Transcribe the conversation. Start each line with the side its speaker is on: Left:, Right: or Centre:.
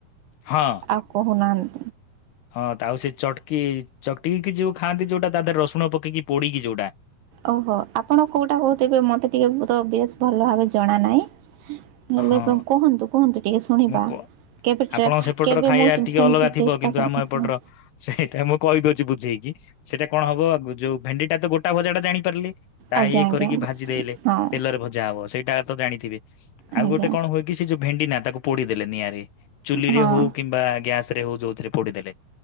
Left: ହଁ
Right: ଆଉ କହୁନ ନ
Left: ହଁ ତ ଆଉ ସେ ଚଡକି ଚକଟି କିି ଯୋଉ ଖାଆନ୍ତି ଯୋଉଟା ତା ଦେହରେ ରସୁଣ ପକେଇକି ପୋଡ଼ିକି ଯୋଉଟା।
Right: ଓହୋ ଆପଣ କୋଉଟା କହୁଥିବେ ମତେ ଟିକେ ତ ବେଶ ଭଲ ଭାବେ ଜଣା ନାଇଁ। ହେଲେ
Left: ହଁ
Right: ପ କୁହନ୍ତୁ କୁହନ୍ତୁ ଟିକେ ଶୁଣିବା
Left: ମୁଁ କ
Right: କେବେ
Left: ଆପଣଙ୍କ
Right: ଟ୍ରା
Left: ସେପଟର
Right: କେବେ
Left: ଖାଇବା
Right: ମୁଁ
Left: ଟିକେ
Right: ସେମିତି
Left: ଅଲଗା ଥିବ
Right: ଚେଷ୍ଟା
Left: କିନ୍ତୁ
Right: କରିବା
Left: ଆମ ଏପଟର
Right: ହଁ।
Left: ସେଇଟା ମୁଁ କହିଦଉଛି ବୁଝେଇକି। ସେଇଟା କଣ ହବ ଯୋଉ ଭେଣ୍ଡିଟା ତ ଗୋ ଟା ଭଜା ଟା ଜାଣିପାରିଲେ। ତା
Right: ଆଜ୍ଞା
Left: ଇଏ
Right: ଆଜ୍ଞା
Left: କରିକି
Right: ବୁଝୁଛି
Left: ଭାଜିଦେଲେ
Right: ହଁ
Left: ତେଲରେ ଭଜା ହବ ସେଇଟା ତ ଜାଣିଥିବେ। ଆଉ
Right: ଆଜ୍ଞା
Left: ଗୋଟେ କଣ ହୁଏ କି ସେ ଯୋଉ ଭେଣ୍ଡି ନା ତାକୁ ପୋଡ଼ି ଦେଲେ ନିଆଁରେ। ଚୁଲି
Right: ହଁ
Left: ରେ ହଉ କିମ୍ବା ଗ୍ୟାସ ରେ ହଉ ଯୋଉଥିରେ ପୋଡ଼ିଦେଲେ।